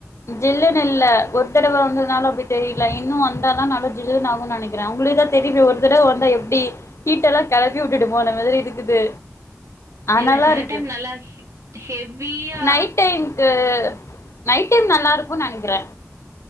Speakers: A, on the left; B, on the right.
A: ஜில்லுனு இல்ல ஒரு தடவோ இருந்தனால அப்படி தெரியல இன்னு வந்தாலதா நல்லா ஜல்லுன் ஆகுன் நனைக்கிற உங்களுக்குதா தெரியு ஒரு தடவ வந்தா எப்படி ஷீட்டெல்லா கெளப்பி உட்டுட்டு போன மாதிரி இருக்குது அனலா
B: இல்ல சில
A: இருக்கு
B: டைம் நல்லா ஹெவியா
A: நைட் டைம்க்கு நைட் டைம் நல்லா இருக் க்கு நா நனைக்கிற